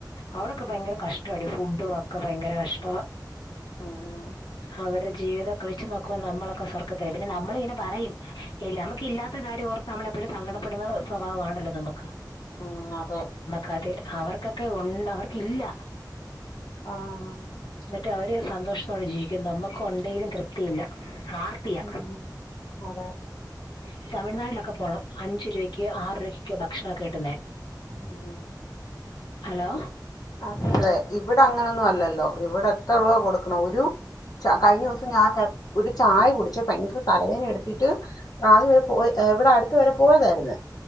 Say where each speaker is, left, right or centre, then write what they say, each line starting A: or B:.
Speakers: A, on the left (about 85°); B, on the left (about 55°).
A: അവിടൊക്കെ ഭയങ്കര കഷ്ട്ടാടി ഫുഡും ഒക്കെഭയങ്കരകഷ്ടുവാ
B: മ്മ്
A: <inaudible> അവരുടെ ജീവിതം വെച്ച് നോക്കുമ്പോ നമ്മളൊക്കെ സ്വർഗത്തില പിന്നെ നമ്മളിങ്ങനെ പറയുംനമക്ക്‌ഇല്ലാത്തകാര്യംഓർ നമ്മളെഎപ്പഴും സങ്കടപ്പെടുന്ന സ്വഭാവമാണല്ലോ നമക്ക്
B: ഉം അതെ
A: കതിൽ അവർക്കൊക്കെഉണ്ട് അവർക്കില്ല
B: ആഹ്
A: എന്നിട്ട് അവര്സന്തോഷത്തോടെ ജീവിക്കുന്നു നമക്ക് ഉണ്ടെലും തൃപ്തിയില്ല ആർ ത്തിയ
B: ഉം, അതെ
A: ഈ തമിഴ്നാട്ടിലൊക്കെ പോണം അഞ്ച് രൂവക്ക്ആറ് രൂപയ്ക്ക്‌ ഭക്ഷണൊക്കെകിട്ടുന്നേ
B: ആഹ
A: അലോ?
B: അതെഇവടെ അങ്ങനൊന്നും അല്ലല്ലോ ഇവടെഎത്രരൂപകൊടുക്കണം ഒരു ച കഴിഞ്ഞുസംഞാൻ ഒരു ചായ കുടിച്ചുഭയങ്കരതലവേനഎടുത്തിട്ട് <unintelligible> വരെ പോ ഇവടെ അടുത്ത് വരെ പോയതെര്ന്